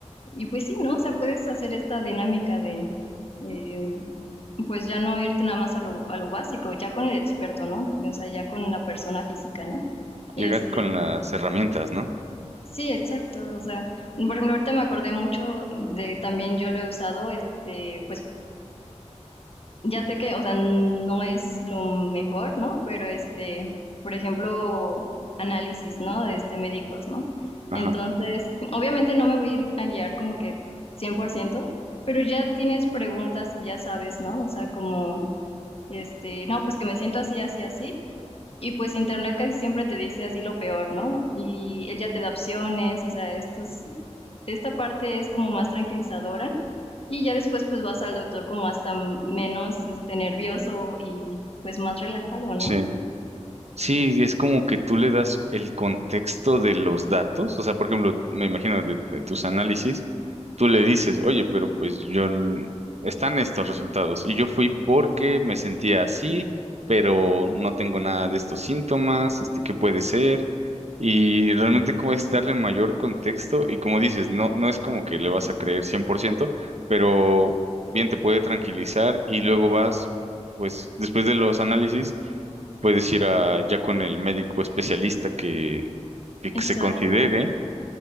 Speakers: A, on the left (about 55°); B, on the right (about 65°).
A: Y pues sí, ¿no? O sea, puedes hacer esta dinámica de, eh, pues ya no irte nada más a lo, a lo básico, ya con el experto, ¿no? O sea, ya con la persona física, ¿no?
B: llegar
A: Este,
B: con las herramientas, ¿no?
A: sí, exacto. O sea, por ejemplo, ahorita me acordé mucho de también yo lo he usado, este, pues ya sé que, o sea, no es lo mejor, ¿no? Pero este, por ejemplo, análisis, ¿no? De este médicos, ¿no?
B: Ajá.
A: Entonces, obviamente no me voy a ir a guiar como que cien por ciento pero ya tienes preguntas y ya sabes, ¿no? O sea, como, este, no, pues que me siento así, así, así. Y pues internet casi siempre te dice así lo peor, ¿no? Y él ya te da opciones, o sea, estos, esta parte es como más tranquilizadora y ya después pues vas al doctor como hasta m- menos este nervioso y pues más relajado, ¿no?
B: Sí. Sí, es como que tú le das el contexto de los datos. O sea, por ejemplo, me imagino de, de tus análisis, tú le dices, oye, pero pues yo n- están estos resultados y yo fui porque me sentía así, pero no tengo nada de estos síntomas, este, ¿qué puede ser? Y realmente como es darle mayor contexto y como dices, no, no es como que le vas a creer 100%, pero bien te puede tranquilizar y luego vas, pues después de los análisis puedes ir a- ya con el médico especialista que, que
A: Exacto.
B: se considere,